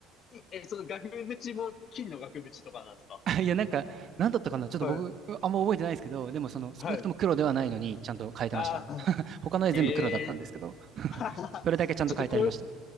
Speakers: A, on the left; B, on the right.
A: え、その額縁も金の額縁とかなんですか
B: た。<laughs> いや、なんか、なんだったかなちょっと僕、
A: はい。
B: あんま覚えてないですけど、でもその、少なくとも黒ではないのに、
A: はい。
B: ちゃんと変えてました。
A: ああ
B: 他の絵全部黒だったんですけど、
A: ええー <laughs>
B: <laughs> それだけちゃんと変えてありました。
A: ちょっとこう、